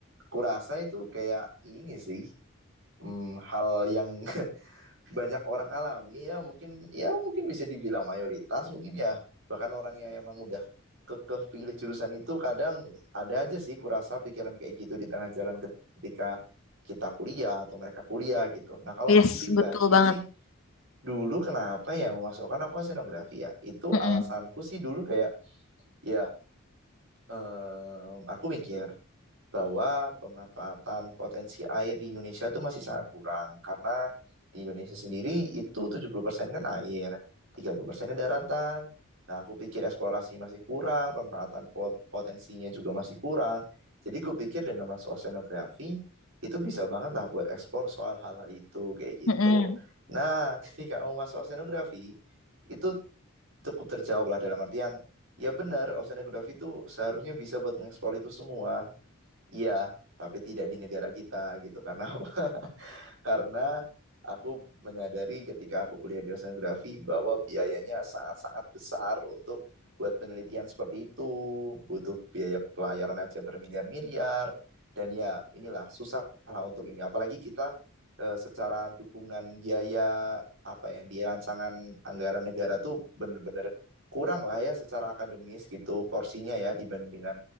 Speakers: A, on the right (about 60°); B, on the left (about 80°).
A: kurasa itu kayak ini sih mm, hal yang banyak orang alami ya mungkin ya mungkin bisa dibilang mayoritas mungkin ya bahkan orang yang emang udah kekeh pilih jurusan itu kadang ada aja sih kurasa pikiran kayak gitu di tengah jalan ketika kita kuliah atau mereka kuliah gitu. Nah kalau
B: <laughs>
A: aku
B: yes,
A: pribadi
B: betul banget.
A: sih dulu kenapa ya memasukkan aku ke senografi ya itu
B: Mm-mm.
A: alasanku sih dulu kayak ya em, aku mikir bahwa pemanfaatan potensi air di Indonesia itu masih sangat kurang karena di Indonesia sendiri itu 70% kan air, 30% daratan. Nah, aku pikir eksplorasi masih kurang, pemanfaatan pot- potensinya juga masih kurang. Jadi aku pikir dengan masuk oceanografi itu bisa banget lah buat eksplor soal hal-hal itu kayak gitu.
B: Mm-mm.
A: Nah, <laughs> ketika kamu masuk oceanografi itu cukup terjawab lah dalam artian ya benar oceanografi itu seharusnya bisa buat mengeksplor itu semua iya tapi tidak di negara kita gitu karena apa karena aku menyadari ketika aku kuliah di oceanografi bahwa biayanya sangat-sangat besar untuk buat penelitian seperti itu, butuh biaya pelayaran aja bermiliar-miliar, dan ya inilah susah lah untuk ini. Apalagi kita eh, secara dukungan biaya apa yang di rancangan anggaran negara tuh bener-bener kurang lah ya secara akademis gitu porsinya ya dibanding dengan